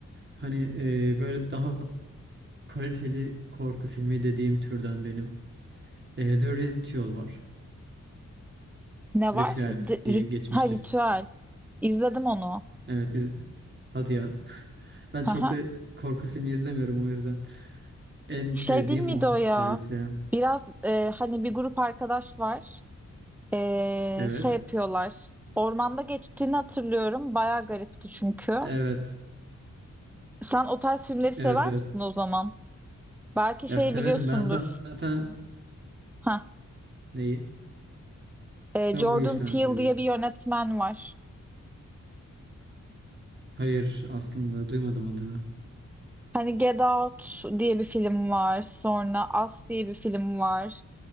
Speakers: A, on the right; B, in the centre.
A: Hani e, böyle daha kaliteli korku filmi dediğim türden benim. E, The Ritual var.
B: Ne
A: Ritüel
B: var? D
A: diye
B: rit-
A: geçmiştir.
B: ha ritüel. İzledim onu.
A: Evet iz- hadi ya. Ben
B: Haha.
A: çok da korku filmi izlemiyorum o yüzden. En
B: Şey
A: sevdiğim
B: değil miydi
A: o.
B: o ya?
A: The Ritual.
B: Biraz e, hani bir grup arkadaş var. E,
A: Evet.
B: şey yapıyorlar. Ormanda geçtiğini hatırlıyorum. Bayağı garipti çünkü.
A: Evet.
B: Sen o tarz filmleri sever
A: Evet evet.
B: misin o zaman? Belki şeyi
A: Ya severim.
B: biliyorsundur.
A: Ben zaten
B: Ha,
A: neyi?
B: e,
A: Ve
B: Jordan
A: buyur sen
B: Peele
A: söyle.
B: diye bir yönetmen var.
A: Hayır aslında duymadım adını.
B: Hani Get Out diye bir film var. Sonra Us diye bir film var.